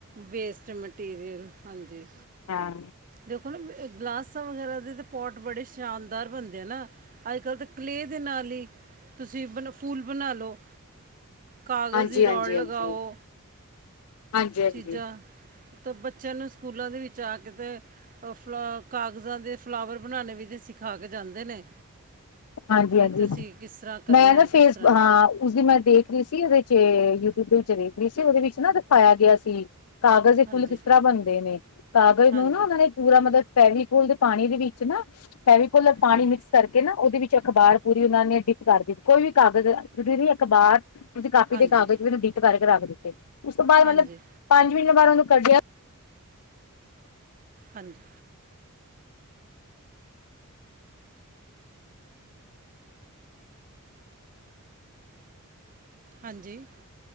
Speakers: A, on the right; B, on the left.
A: ਵੇਸਟ ਮਟੀਰੀਅਲ, ਹਾਂਜੀ।
B: ਹਾਂ।
A: ਦੇਖੋ ਨਾ ਗਲਾਸਾਂ ਵਗੈਰਾ ਦੇ ਤਾਂ ਪੋਟ ਬੜੇ ਸ਼ਾਨਦਾਰ ਬਣਦੇ ਆ ਨਾ ਅੱਜ- ਕੱਲ੍ਹ ਤਾਂ ਕਲੇ ਦੇ ਨਾਲ ਹੀ ਤੁਸੀਂ ਬ ਫੁੱਲ ਬਣਾ ਲਓ ਕਾਗਜ਼
B: ਹਾਂਜੀ
A: ਦੀ ਰੌਲ
B: ਹਾਂਜੀ
A: ਲਗਾਓ।
B: ਹਾਂਜੀ ਹਾਂਜੀ
A: ਚੀਜ਼ਾਂ ਤਾਂ ਬੱਚਿਆਂ ਨੂੰ ਸਕੂਲਾਂ ਦੇ ਵਿੱਚ ਆ ਕੇ ਅਤੇ ਫਲਾ ਕਾਗਜ਼ਾਂ ਦੇ ਫਲਾਵਰ ਬਣਾਉਣੇ ਵੀ ਤੇ ਸਿਖਾ ਕੇ ਜਾਂਦੇ ਨੇ।
B: ਹਾਂਜੀ-ਹਾਂਜੀ,
A: ਕਿ ਤੁਸੀਂ ਕਿਸ ਤਰ੍ਹਾਂ ਕਰਨਾ
B: ਮੈਂ ਨਾ
A: ਹੈ
B: ਫੇਸ
A: ਕਿਸ ਤਰ੍ਹਾਂ ਨਹੀਂ
B: ਹਾਂ ਉਸਦੀ ਮੈਂ ਦੇਖ ਰਹੀ ਸੀ ਉਹਦੇ ਚ ਯੂਟਿਊਬ ਦੇ ਵਿੱਚ ਦੇਖ ਰਹੀ ਸੀ ਉਹਦੇ ਵਿੱਚ ਨਾ ਦਿਖਾਇਆ ਗਿਆ ਸੀ। ਕਾਗਜ਼ ਦੇ
A: ਹਾਂਜੀ
B: ਫੁੱਲ ਕਿਸ ਤਰ੍ਹਾਂ ਬਣਦੇ ਨੇ, ਕਾਗਜ਼
A: ਹਾਂਜੀ
B: ਨੂੰ ਨਾ ਉਹਨਾਂ ਨੇ ਪੂਰਾ ਮਤਲਬ ਫੈਵਕੋਲ ਦੇ ਪਾਣੀ ਦੇ ਵਿੱਚ ਨਾ ਫੈਵਕੋਲਰ ਪਾਣੀ
A: ਹਾਂ-
B: ਮਿਕਸ ਕਰਕੇ ਨਾ। ਉਹਦੇ ਵਿੱਚ ਅਖ਼ਬਾਰ ਪੂਰੀ ਉਹਨਾਂ ਨੇ ਡਿੱਟ ਕਰ ਦਿੱਤੀ ਕੋਈ ਵੀ ਕਾਗਜ਼ ਜ਼ਰੂਰੀ ਨਹੀਂ ਅਖਬਾਰ ਤੁਸੀਂ ਕਾਪੀ
A: ਹਾਂਜੀ
B: ਦੇ ਕਾਗਜ਼ ਵੀ ਐਡਿਟ ਕਰਕੇ ਰੱਖ ਦਿੱਤੇ ਉਸ ਤੋਂ ਬਾਅਦ
A: ਹਾਂਜੀ
B: ਮਤਲਬ ਪੰਜ ਮਹੀਨੇ ਬਾਅਦ ਉਹਨੂੰ ਕੱਢਿਆ!
A: ਹਾਂਜੀ। ਹਾਂਜੀ